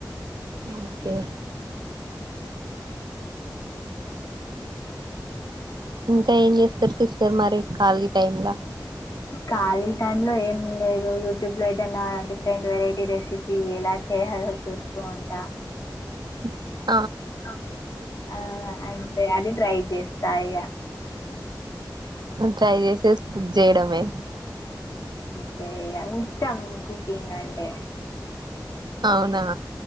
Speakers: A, on the right; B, on the left.
A: ఓకే ఇంకా ఏం చేస్తారు సిస్టర్ మరి ఖాళీ టైమ్లా
B: ఖాళీ టైం లో ఏం లేదు యూట్యూబ్ లో ఏదైనా డిఫరెంట్ వెరైటీ రెసిపీ ఎలా చేయాలో చూస్తూ ఉంటా
A: <unintelligible> <inaudible>
B: అ ఆ అంతె అన్ని ట్రై చేస్తా ఇగా
A: ట్రై చేస్ తెలుసు కుక్ చేయడమే
B: త ఎవి ఇష్టం కుకింగ్ అంటే
A: అవునా